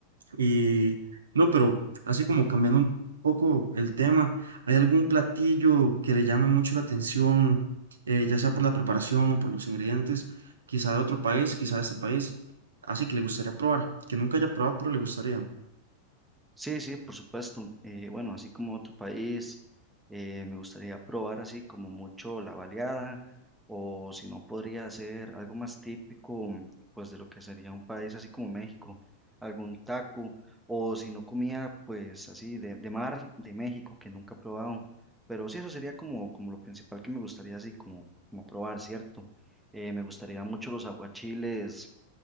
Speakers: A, on the right; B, in the centre.
A: Y no, pero así como cambiando un poco el tema, ¿hay algún platillo que le llame mucho la atención, eh, ya sea por la preparación o por los ingredientes, quizá de otro país, quizá de este país, así que le gustaría probar, que nunca haya probado, pero le gustaría?
B: Sí, sí, por supuesto. Eh, bueno, así como otro país, eh, me gustaría probar así como mucho la baleada o si no podría ser algo más típico, mm, pues de lo que sería un país así como México, algún taco o si no comía pues así de, de mar de México que nunca he probado. Pero sí, eso sería como, como lo principal que me gustaría así como, como probar, ¿cierto? Eh, me gustaría mucho los aguachiles